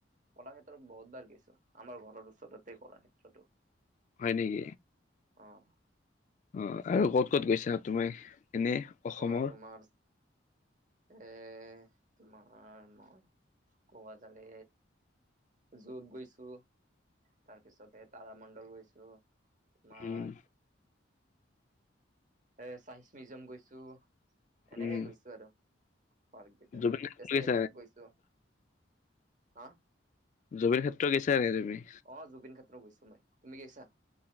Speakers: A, on the right; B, on the left.
A: কলাক্ষেত্ৰত বহুত বাৰ গৈছোঁ, আমাৰ ঘৰৰ ওচৰতেই কলাক্ষেত্ৰতো।
B: হয় নেকি?
A: অ'।
B: অ', আৰু ক'ত ক'ত গৈছা, তুমি এনে? অসমৰ
A: মই তোমাৰ, এ তোমাৰ মই গোৱা জালে। যোত গৈছো, তাৰপিছতে তাৰামণ্ডল গৈছো। তোমাৰ
B: উম
A: এ চাইন্স মিউজিয়াম গৈছো, এনেকে
B: উম
A: গৈছো আৰু। পাৰ্ক কেইটা
B: জুবিন ক্ষেত্ৰ
A: এছ
B: গৈছা
A: কে পাৰ্ক গৈছো, হা?
B: জুবিৰ ক্ষেত্ৰ গৈছা না তুমি?
A: অ', জুবিন ক্ষেত্ৰ গৈছো মই, তুমি গৈছা?